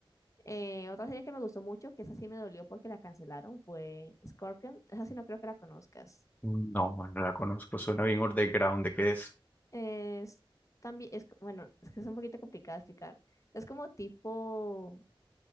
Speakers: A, on the left; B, on the left.
A: Eh, otra serie que me gustó mucho, que esa sí me dolió porque la cancelaron, fue Scorpion. Esa sí no creo que la conozcas.
B: No, no la conozco, suena bien underground, ¿de qué es?
A: Es también, es, bueno, es que es un poquito complicado de explicar. Es como tipo,